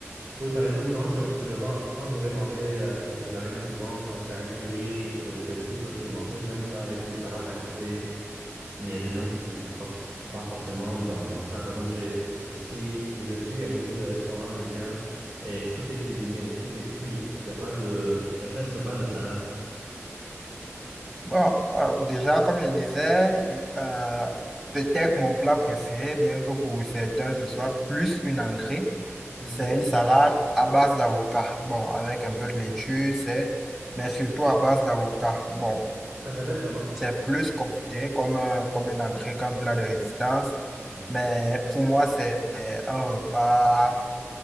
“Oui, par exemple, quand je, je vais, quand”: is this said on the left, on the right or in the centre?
Right